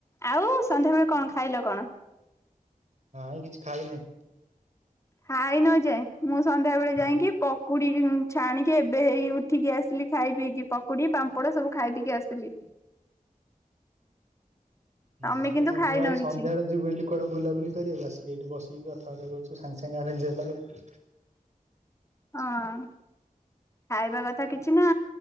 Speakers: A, on the left; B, on the right.
A: ଆଉ ସନ୍ଧ୍ୟାବେଳେ କଣ ଖାଇଲ କଣ।
B: ନାଇଁ କିଛି ଖାଇନି।
A: ହାଇନ ଯାଏଁ ମୁଁ ସନ୍ଧ୍ୟା ବେଳେ ଯାଇକି
B: ନା
A: ପ ପକୁଡି ଛାଣିକି ଏବେ ହେଇ ଉଠିକି ଆସିଲି ଖାଇ ପିଇକି ପକୁଡି ପାମ୍ପଡ ସବୁ ଖାଇ ପିକି ଆସିଲି। ତମେ
B: ମୁଁ
A: କିନ୍ତୁ ଖାଇନ
B: ମୁଁ ଆଲି ସନ୍ଧ୍ୟାବେଳେ
A: କିଛି
B: ଯିବି ବୋଲି କୁଆଡେ ବୁଲାବୁଲି କରିବାକୁ ଆସିକି ଏଠି ବସି। କି କଥାବାର୍ତ୍ତା କରୁଛୁ ସାଙ୍ଗେ ସାଙ୍ଗେ ଆରେଞ୍ଜ ହେଲା ଆଉ।
A: ହଁ। ଖାଇବା କଥା କିଛି ନା